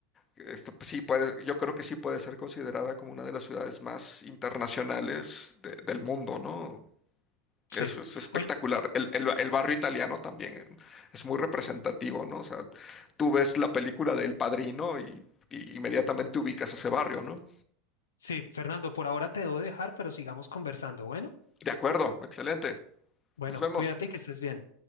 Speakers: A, on the left; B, on the left.
A: Este, pues, sí puede, yo creo que sí puede ser considerada como una de las ciudades más internacionales de- del mundo, ¿no?
B: sí.
A: Eso es espectacular.
B: Oye,
A: El, el- el barrio italiano también eh, es muy representativo, ¿no? O sea, tú ves la película de El Padrino y, y inmediatamente ubicas ese barrio, ¿no?
B: Sí, Fernando, por ahora te debo dejar, pero sigamos conversando. Bueno,
A: De acuerdo, excelente.
B: bueno,
A: Nos vemos.
B: cuídate y que estés bien.